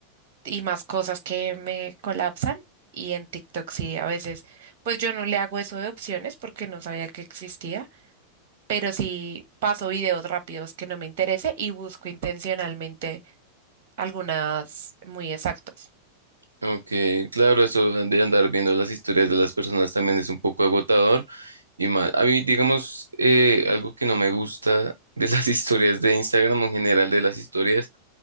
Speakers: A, on the right; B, on the right.
A: y más cosas que me colapsan. Y en TikTok sí, a veces, pues yo no le hago eso de opciones porque no sabía que existía, pero sí paso videos rápidos que no me interese y busco intencionalmente algunas muy exactos.
B: Ok, claro, eso de andar viendo las historias de las personas también es un poco agotador y más. A mí, digamos, eh, algo que no me gusta de las <laughs> historias de Instagram o en general de las historias